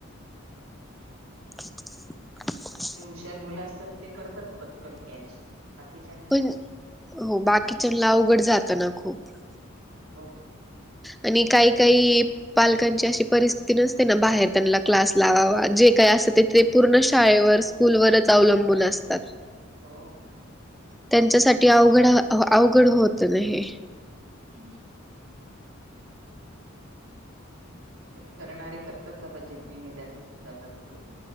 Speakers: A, in the centre; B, on the right.
A: <unintelligible>
B: जे हुशार मुलं असतात ते करतात पटकन कॅच राखकी
A: पण हो बाकीच्यां ला अवघड जात ना खूप
B: हा
A: आणि काही काही पालकांची अशी परिस्थिती नसते ना बाहेर त्यांना क्लास लावावा जे काही असत
B: हम्म.
A: ते पूर्ण
B: तेच
A: शाळेवर
B: तर.
A: स्कूल वच अवलंबून असतात
B: ह
A: त्यांच्यासाठी अवघड अवघड होत नाही
B: हम्म तरी करणारे करतात बघ जिद्दीने त्यातूनही जातात पुढे